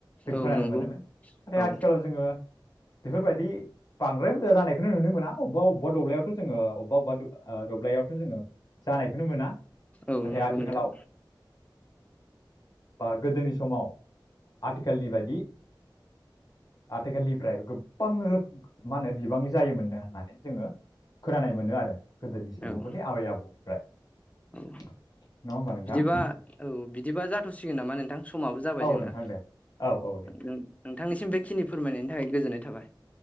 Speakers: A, on the left; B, on the left.
A: जों
B: औ
A: खोनानो
B: नंगौ
A: मोनोमोन नाथाय
B: औ
A: आथिखालाव जोङो बेफोरबायदि बांद्राय बुरजा जानायखौनो नुनो मोना अबावबा अबावबा दब्लायावथ' जोङो अबेबा अबेबा दब्लायावथ' जोङो जानायखौनो मोना
B: औ
A: नाथाय
B: नंगौ
A: आथिखालाव
B: नोंथां
A: बा गोदोनि समाव आथि आथिखालनि बायदि आथिखालनिफ्राय गोबां रोखोम मा होनो बिबांनि जायोमोननो होननानै जोङो खोनानाय मोनो आरो गोदोनि सुबुंफोरनि
B: औ
A: आबै आबौनिफ्राय नङा
B: औ
A: होमबा नोंथां
B: बिदिबा औ बिदिबा जाथ'सिगोन नामा नोंथां समाबो जाबाय
A: औ
B: जोंना
A: नोंथां दे औ औ दे नोंथां,
B: नोंथांनिसिम बे खिनि फोरमायनायनि थाखाय गोजोननाय थाबाय